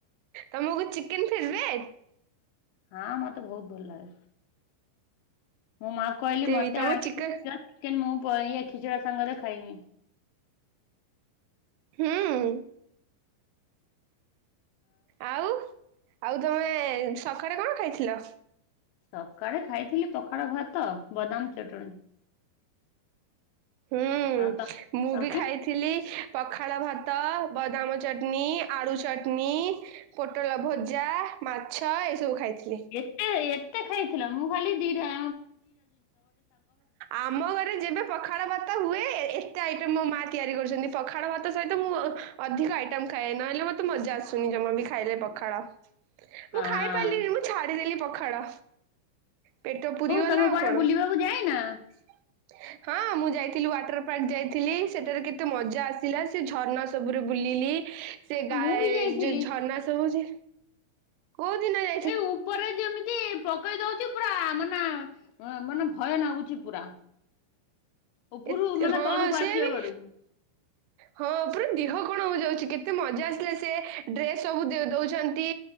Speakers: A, on the right; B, on the left.
A: ତମକୁ ଚିକେନ ଫେବରେଟ୍?
B: ହଁ ମତେ ବୋହୁତ ଭଲଲାଗେ ମୋ ମାକୁ କହିଲି ମତେ
A: ବି ତମ
B: ଆଣିକି
A: ଚିକେନ
B: <unintelligible> ଖିଚିଡା ସାଙ୍ଗରେ ଖାଇମିଁ।
A: ହୁଁ ଆଉ ଆଉ ତମେ ସକାଳେ କଣ ଖାଇଥିଲ?
B: ସକାଳେ ଖାଇଥିଲି ପଖାଳ ଭାତ ବଦାମ ଚଟଣୀ।
A: ହୁଁ
B: ଆଉ ତ
A: ମୁଁ
B: ତମେ
A: ବି ଖାଇଥିଲି। ପଖାଳ ଭାତ ବଦାମ ଚଟନି ଆଳୁ ଚଟନି। ପୋଟଳ ଭଜା ମାଛ ଏ ସବୁ ଖାଇଥିଲି।
B: ଏତେ ଏତେ ଖାଇଥିଲ ମୁଁ ଖାଲି ଦିଇଟା
A: ଆମ ଘରେ ଯେବେ ପଖାଳ ଭାତ ହୁଏ ଏତେ ଆଇଟମ ମୋ ମା ତିଆରି କରିଚନ୍ତି ପଖାଳ ଭାତ ସହିତ ମୁଁ ଆଉ ଅଧିକ ଆଇଟମ୍ ଖାଏ ନହେଲେ ମୋତେ ମଜା ଆସୁନି ଜମା ବି ଖାଇଲେ ପଖାଳ।
B: ହଁ
A: ମୁଁ ଖାଇ ପାରିଲିନି ମୁଁ ଛାଡିଦେଲି ପଖାଳ ପେଟ ପୁରି ଗଲା
B: ତମେ
A: ଆଉ
B: କୁଆଡେ
A: କଣ।
B: ବୁଲିବାକୁ ଯାଇନା
A: <inaudible> ହଁ ମୁଁ ଯାଇଥିଲି ୱାଟରପାର୍କ ଯାଇଥିଲି ସେଠାରେ କେତେ ମଜା ଆସିଲା ସେ ଝରଣା ସବୁରେ ବୁଲିଲି। ସେ ଗାଏ
B: ମୁଁ ବି ଯାଇଥିଲି।
A: ଯୋଉ ଝରନା ସୁଭୁଚି କୋଉଦିନ ଯା
B: ଏଇ ଉପରେ ଯେମିତି ପକେଇ ଦୋଉଚି ପୁରା ମାନେ ମାନେ ଭୟ ନାଗୁଚି ପୁରା। ଉପରୁ
A: ଏତ
B: ମାନେ
A: ହଁ
B: ତଳକୁ
A: ସେ
B: ଆସିବା
A: ବି
B: <unintelligible>
A: ହଁ ପୁରା ଦେହ କଣ ହୋଉ ଯାଉଚି କେତେ ମଜା ଆସିଲା ସେ ଡ୍ରେସ ସବୁ ଦେଉଚନ୍ତି